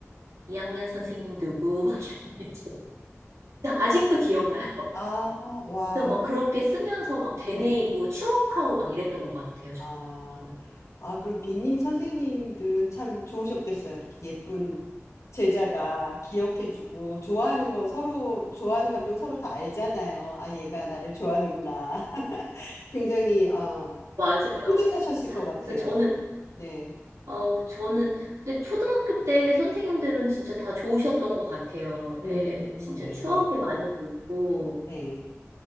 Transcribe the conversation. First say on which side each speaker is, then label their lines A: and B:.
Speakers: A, on the right; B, on the left.
A: 2학년 선생님 누구, <laughs> 막 이런 거 있죠. 아직도 기억나요.
B: 아. 와.
A: 그래서 막 그렇게 쓰면서 막 되뇌이고
B: 네.
A: 추억하고 막 이랬던 것 같아요,
B: 아,
A: 저는.
B: 아, 그럼 비님 선생님들은 참 좋으셨겠어요. 이렇게 예쁜 제자가 기억해주고 좋아하는 거 서로 좋아하는 감정 서로 다 알잖아요. 아, 얘가 나를 좋아하는구나. <laughs> 굉장히 어,
A: 맞아요.
B: 뿌듯하셨을 것 같아요.
A: 그래서 저는
B: 네,
A: 어, 저는, 근데 초등학교 때 선생님들은 진짜 다 좋으셨던 것 같아요.
B: 음,
A: 예,
B: 음,
A: 진짜
B: 네,
A: 추억이 많이 되고,
B: 네,